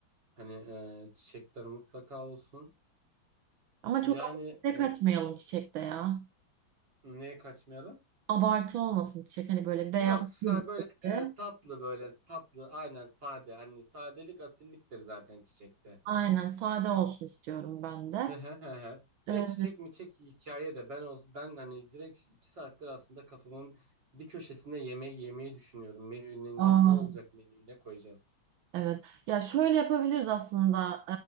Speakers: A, on the right; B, on the right.
A: Hani e, çiçekler mutlaka olsun.
B: Ama
A: Yani
B: çok abartıya
A: e,
B: kaçmayalım çiçekte ya.
A: niye kaçmayalım?
B: Abartı olmasın çiçek. Hani böyle beyaz
A: Yok, sa-
B: bir
A: böyle e,
B: de.
A: tatlı böyle tatlı aynen sade. Hani sadelik asilliktir zaten çiçekte.
B: Aynen sade olsun istiyorum ben de.
A: Hı hı hı hı. Ya
B: E,
A: çiçek mi çek hikaye de ben olsun ben hani direkt iki saattir aslında kafamın bir köşesinde yemeği yemeyi düşünüyorum. Menüne
B: aa,
A: nasıl ne olacak menüyü ne koyacağız?
B: evet. Ya şöyle yapabiliriz aslında.